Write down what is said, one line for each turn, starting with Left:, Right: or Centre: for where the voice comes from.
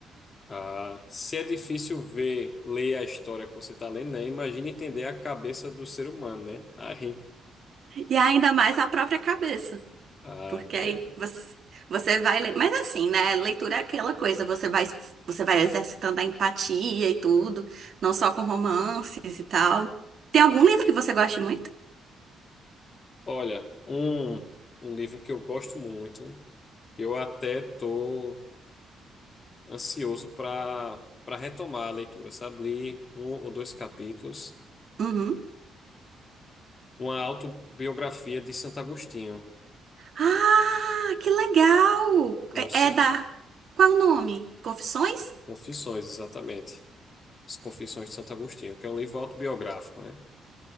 Left: Ah, se é difícil ver, ler a história que você está lendo, né? Imagina entender a cabeça do ser humano, né? Aí,
Right: E ainda mais a própria cabeça.
Left: ah,
Right: Porque aí
Left: é.
Right: você, você vai lendo. Mas assim, né? Leitura é aquela coisa, você vai, você vai exercitando a empatia e tudo, não só com romances e tal. Tem algum livro que você goste muito?
Left: Olha, um, um livro que eu gosto muito, eu até tô ansioso para para retomar a leitura, sabe? Li um ou dois capítulos,
Right: Uhum.
Left: uma autobiografia de Santo Agostinho,
Right: Ah, que legal!
Left: não
Right: É,
Left: sei,
Right: é da. Qual o nome? Confissões?
Left: Confissões, exatamente. As Confissões de Santo Agostinho, que é um livro autobiográfico, né?